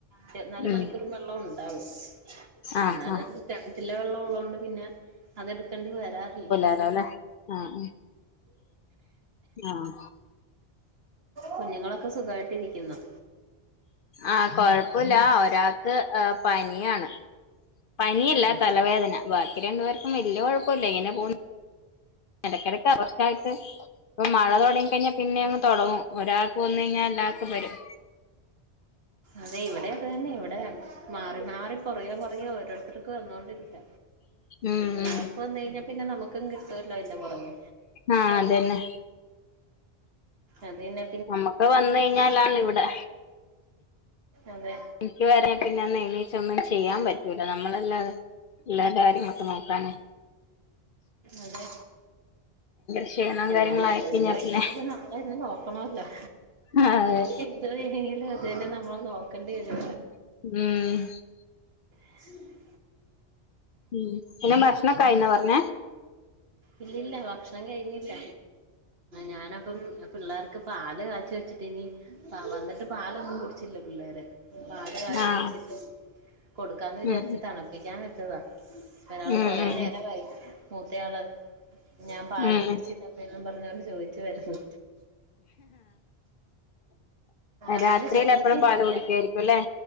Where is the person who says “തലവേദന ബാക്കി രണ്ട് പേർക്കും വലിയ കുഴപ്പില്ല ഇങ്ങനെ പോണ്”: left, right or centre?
Left